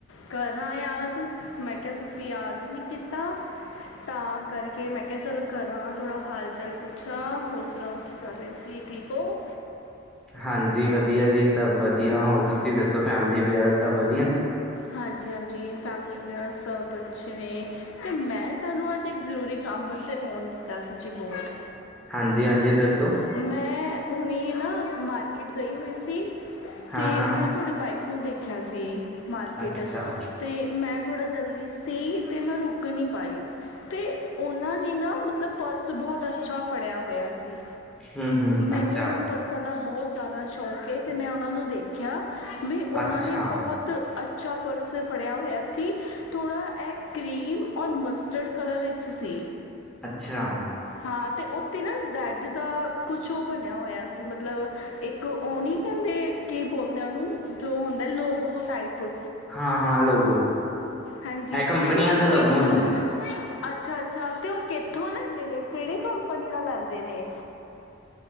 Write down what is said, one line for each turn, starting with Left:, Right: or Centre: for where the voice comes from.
Left: ਕਰਾਂ ਯਾਦ। ਮੈਂ ਕਿਹਾ, ਤੁਸੀਂ ਯਾਦ ਨੀ ਕੀਤਾ। ਤਾਂ ਕਰਕੇ, ਮੈਂ ਕਿਹਾ ਚੱਲ ਕਰਾਂ ਥੋੜਾ ਹਾਲ-ਚਾਲ ਪੁੱਛਾਂ, ਹੋਰ ਸੁਣਾਓ? ਕਿ ਕਰ ਰਹੇ ਸੀ ਠੀਕ ਹੋ।
Centre: ਹਾਂਜੀ, ਵਧੀਆ ਜੀ, ਸਭ ਵਧੀਆ, ਹੋਰ ਤੁਸੀਂ ਦੱਸੋ ਫੈਮਿਲੀ ਵਗੈਰਾ ਸਭ ਵਧੀਆ ਨੇ।
Left: ਹਾਂਜੀ-ਹਾਂਜੀ, ਫੈਮਿਲੀ ਵਗੈਰਾ ਸਭ ਅੱਛੇ ਨੇ ਤੇ ਮੈਂ ਤੁਹਾਨੂੰ ਅੱਜ ਇੱਕ ਜ਼ਰੂਰੀ ਕੰਮ ਵਸਤੇ ਫੋਨ ਕੀਤਾ ਸੀ ਜੀ ਬਹੁਤ।
Centre: ਹਾਂਜੀ-ਹਾਂਜੀ, ਦੱਸੋ!
Left: ਮੈਂ, ਹੁਣੇ ਨਾ ਮਾਰਕੀਟ ਗਈ ਹੋਈ ਸੀ।
Centre: ਹਾਂ,
Left: ਤੇ
Centre: ਹਾਂ
Left: ਮੈਂ ਤੁਹਾਡੇ ਵਾਈਫ ਨੂੰ ਦੇਖਿਆ ਸੀ, ਮਾਰਕਿਟ
Centre: ਅੱਛਾ
Left: ਤੇ ਮੈਂ ਥੋੜ੍ਹਾ ਜਲਦੀ ਸੀ ਤੇ ਮੈਂ ਰੁਕ ਨਹੀਂ ਪਾਈ। ਤੇ ਉਹਨਾਂ ਨੇ ਨਾ ਮਤਲਬ ਪਰਸ ਬਹੁਤ ਅੱਛਾ ਫੜਿਆ ਹੋਇਆ ਸੀ।
Centre: ਹੂੰ, ਹੂੰ
Left: ਮੈਨੂੰ
Centre: ਅੱਛਾ।
Left: ਪਰਸਾਂ ਦਾ ਬਹੁਤ ਜ਼ਿਆਦਾ ਸ਼ੌਂਕ ਏ ਤੇ ਮੈਂ ਉਹਨਾਂ ਨੂੰ ਦੇਖਿਆ। ਬਈ ਉਹਨਾਂ
Centre: ਅੱਛਾ,
Left: ਨੇ ਬਹੁਤ ਅੱਛਾ ਪਰਸ ਫੜਿਆ ਹੋਇਆ ਸੀ। ਥੋੜ੍ਹਾ ਏ ਕਰੀਮ ਔਰ ਮਸਟਰਡ ਕਲਰ'ਚ ਸੀ।
Centre: ਅੱਛਾ।
Left: ਹਾਂ, ਤੇ ਉੱਥੇ ਨਾ ਜੈਡ ਦਾ ਕੁਛ ਉ ਬਣਿਆ ਹੋਇਆ ਸੀ ਮਤਲਬ, ਇੱਕ ਉਹ ਨਹੀਂ ਕਹਿੰਦੇ ਕੀ ਬੋਲਦੇ ਉਨੂੰ ਜੋ ਹੁੰਦਾ ਲੋੌਗੋ ਟਾਈਪ।
Centre: ਹਾਂ, ਹਾਂ ਲੋਗੋ
Left: ਹਾਂਜੀ,
Centre: ਇਹ ਕੰਪਨੀਆਂ
Left: ਤੇ ਉ
Centre: ਦਾ
Left: ਕਿੱਥੋਂ?
Centre: ਲੋਗੋ ਹੁੰਦਾ।
Left: ਅੱਛਾ-ਅੱਛਾ, ਤੇ ਉਹ ਕਿੱਥੋਂ ਲੈਂਦੇ ਨੇ, ਕਿਹੜੀ ਕੰਪਨੀ ਦਾ ਲੈਂਦੇ ਨੇ?